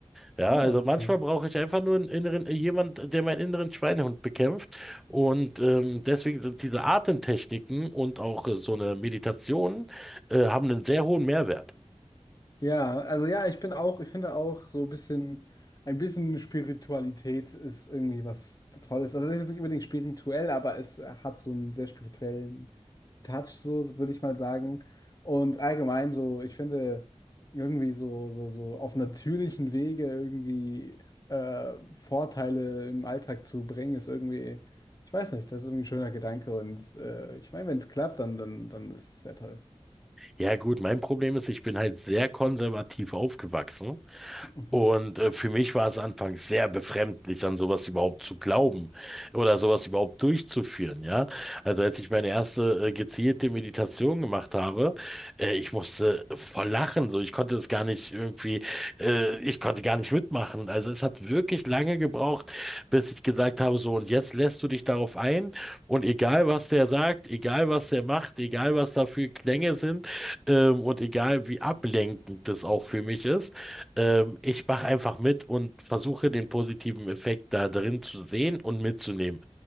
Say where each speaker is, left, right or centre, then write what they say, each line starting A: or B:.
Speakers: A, in the centre; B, on the left.
A: Ja,
B: Oh,
A: also
B: okay.
A: manchmal brauche ich einfach nur einen inneren, äh, jemand, der meinen inneren Schweinehund bekämpft. Und ähm, deswegen sind diese Atemtechniken und auch äh, so eine Meditation äh, haben einen sehr hohen Mehrwert.
B: Ja, also ja, ich bin auch, ich finde auch so ein bisschen, ein bisschen Spiritualität ist irgendwie was Tolles. Also es ist jetzt nicht unbedingt spirituell, aber es hat so einen sehr spirituellen Touch, so würde ich mal sagen. Und allgemein so, ich finde, irgendwie so, so, so auf natürlichen Wege irgendwie äh, Vorteile im Alltag zu bringen, ist irgendwie, ich weiß nicht, das ist irgendwie ein schöner Gedanke. Und äh, ich meine, wenn es klappt, dann, dann, dann ist es sehr toll.
A: Ja gut, mein Problem ist, ich bin halt sehr konservativ aufgewachsen.
B: Mhm.
A: Und äh, für mich war es anfangs sehr befremdlich, an sowas überhaupt zu glauben oder sowas überhaupt durchzuführen, ja. Also als ich meine erste äh, gezielte Meditation gemacht habe, äh, ich musste voll lachen, so ich konnte es gar nicht irgendwie, äh, ich konnte gar nicht mitmachen. Also es hat wirklich lange gebraucht, bis ich gesagt habe, so und jetzt lässt du dich darauf ein und egal was der sagt, egal was der macht, egal was da für Klänge sind, ähm, und egal wie ablenkend das auch für mich ist, ähm, ich mache einfach mit und versuche den positiven Effekt da drin zu sehen und mitzunehmen.